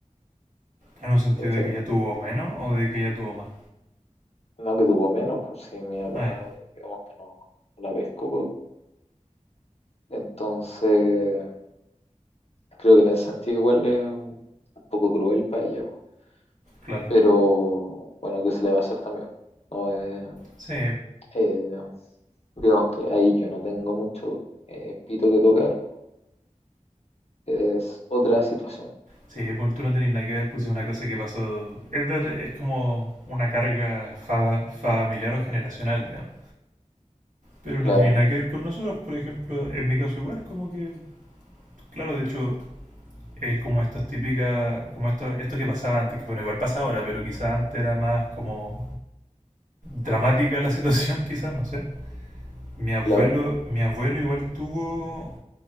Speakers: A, on the right (about 90°); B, on the left (about 55°).
A: En un sentido
B: ¿cachai?
A: de que ella tuvo menos o de que ella tuvo más.
B: No que tuvo menos, pues si mi papá,
A: Ah, ya,
B: digamos que no no la pescó, pues, Entonces, creo que en ese sentido igual es un, un poco cruel para ella, po.
A: claro.
B: Pero bueno, ¿qué se le va a hacer también? No, eh,
A: Sí,
B: eh, digamos que ahí yo no tengo mucho eh, pito que tocar. Es otra situación.
A: sí, pues tú no tenés nada que ver, pues si es una cosa que pasó. Es, de- es como una carga fa- familiar o generacional, digamos. pero
B: Claro,
A: no tiene nada que ver con nosotros, por ejemplo, en mi caso igual, como que, claro, de hecho, es como estas típicas, como esto, esto que pasaba antes, que bueno, igual pasa ahora, pero quizás antes era más como dramática la <laughs> situación, quizás, no sé. Mi abuelo,
B: claro,
A: mi abuelo igual tuvo